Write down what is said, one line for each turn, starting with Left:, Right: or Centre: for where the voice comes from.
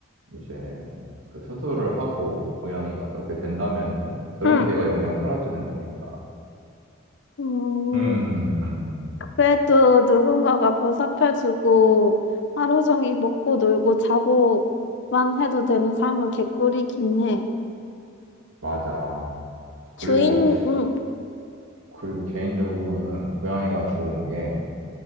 Right: 이제 그 수술을 하고, 고양이가 그렇게 된다면은, 그런
Left: 응,
Right: 기회가 영영 사라지는 거니까.
Left: 음,
Right: 음.
Left: 그래도 누군가가 보살펴주고 하루 종일 먹고 놀고 자고만 해도 되는 삶은 개꿀이긴 해.
Right: 맞아. 그리고,
Left: 주인, 응,
Right: 그리고 개인적으로는 고양이가 좋은 게,